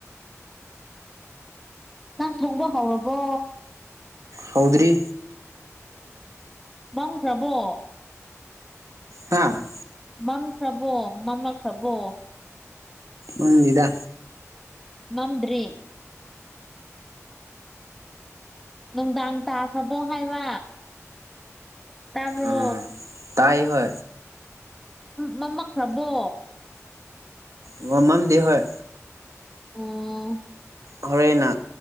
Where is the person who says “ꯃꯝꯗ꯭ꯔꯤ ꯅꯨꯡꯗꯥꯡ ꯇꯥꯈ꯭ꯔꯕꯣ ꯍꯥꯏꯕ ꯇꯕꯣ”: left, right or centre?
Centre